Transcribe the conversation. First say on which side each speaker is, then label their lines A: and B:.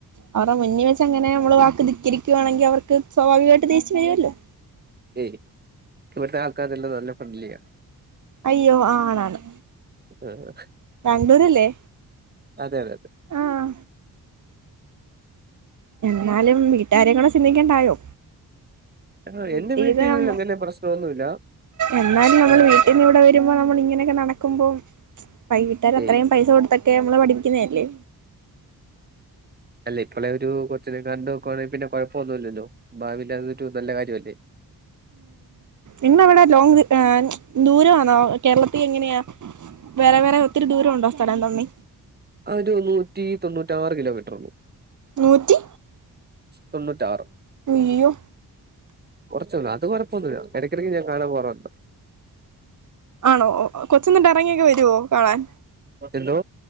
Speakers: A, on the right; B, on the right.
A: അവർടെ മുന്നിൽ വെച്ച് അങ്ങനെ നമ്മള് വാക്ക് ധിക്കരിക്കുവാണെങ്കി അവർക്ക് സ്വാഭാവികമായിട്ട് ദേശ്യം വരുവല്ലോ
B: ഏയ് ഇവിടുത്തെ ആൾക്കാരെല്ലാം നല്ല ഫ്രണ്ട്ലിയ
A: അയ്യോ ആണാണ്
B: ഉം
A: ബാംഗ്ലൂരല്ലേ
B: അതെ അതെ
A: ആഹ് എന്നാലും വീട്ടാരെക്കൂടെ ചിന്തിക്കണ്ടായോ
B: ആ,
A: നമ്മളെ വീട്ടിന്നാവുമ്പം
B: എന്റെ വീട്ടിൽ അങ്ങനെ പ്രശ്നമൊന്നുമില്ല
A: എന്നാലും നമ്മൾ
B: ആഹ്
A: വീട്ടിൽന്ന് ഇവിടെ വരുമ്പോ നമ്മൾ ഇങ്ങ അങ്ങനൊക്കെ നടക്കുമ്പോം വൈ കിട്ടാ ര് അത്രയും
B: ഏയ്
A: പൈസ കൊടുത്ത ക്കെ നമ്മളെ പഠിപ്പിക്കുന്നേയല്ലേ
B: അല്ലെ ഇപ്പോളെ ഒരു കൊചിനെ കണ്ടു വക്കുവാണെങ്കിൽ പിന്നെ കൊഴപ്പൊന്നുമില്ലല്ലോ ഭാവിയിൽ അത് ഒരു നല്ല കാര്യമല്ലേ
A: ഇന്നവിടെ ലോങ് ഏൻ ദൂരമാന്നോ കേരളത്തിൽ എങ്ങനെയാ വേറെ വേറെ ഒത്തിരി ദൂരം ഉണ്ടോ സ്ഥലം തമ്മി
B: ആ ഒരു നൂറ്റി തൊണ്ണൂ റ്റാറ് കിലോമീറ്റർ ഉള്ളൂ
A: നൂറ്റി
B: തൊണ്ണൂറ്റാറ്
A: അയ്യോ
B: കൊറചെയുള്ളൂ അത് കൊഴ പൊന്നുല്യാ ഇടയ്ക്കിടയ്ക്ക് ഞാൻ കാണാൻ പോവാറുണ്ട്
A: ആണോ ഓ കൊച്ച് ന്നിട്ട് ഇറങ്ങിയൊക്കെ വരുവോ കാണാൻ
B: എന്തോ